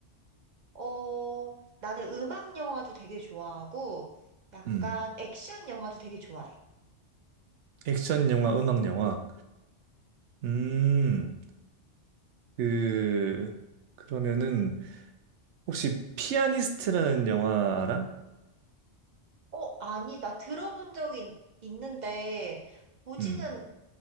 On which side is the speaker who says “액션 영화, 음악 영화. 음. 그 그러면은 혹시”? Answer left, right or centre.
Right